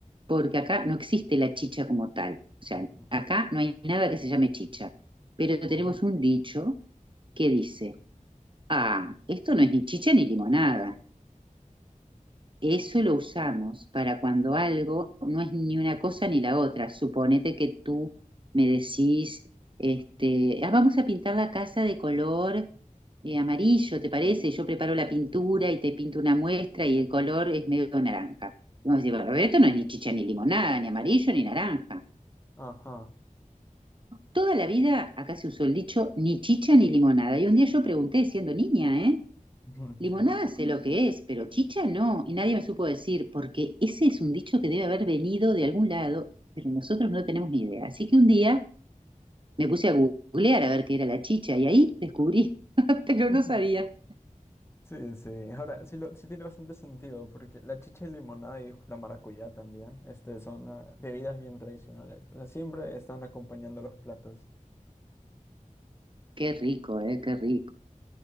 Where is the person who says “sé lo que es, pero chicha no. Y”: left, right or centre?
Right